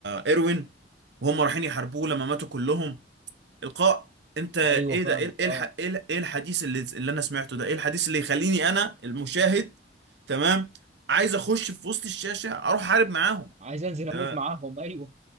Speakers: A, on the right; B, on the right.
A: إيروين وهم رايحين يحاربوه لما ماتوا كلهم إلقاء أنت إيه
B: ايوه فاهمك
A: ده إيه إيه
B: اه
A: الح... إيه ال- إيه الحديث اللي اللي أنا سمعته ده إيه الحديث اللي يخليني أنا المشاهد تمام عايز أخش في وسط الشاشة أروح أحارب معاهم
B: عايز انزل
A: تمام
B: اموت معاهم ايوه